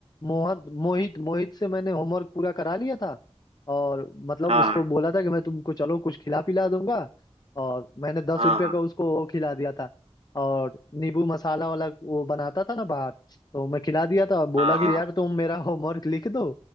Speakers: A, on the left; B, on the right.
A: मोहन मोहित मोहित से मैंने होमवर्क पूरा करा लिया था और मतलब
B: हाँ
A: उसको बोला था कि मैं तुमको चलो कुछ खिला पिला दूंगा और मैंने दस
B: हाँ
A: रुपये
B: हाँ
A: का उसको वो खिला दिया था और नींबू मसाला वाला वो बनाता था ना बाहर तो मैं खिला दिया था और बोला
B: हाँ
A: कि
B: हाँ
A: यार तुम मेरा होमवर्क लिख दो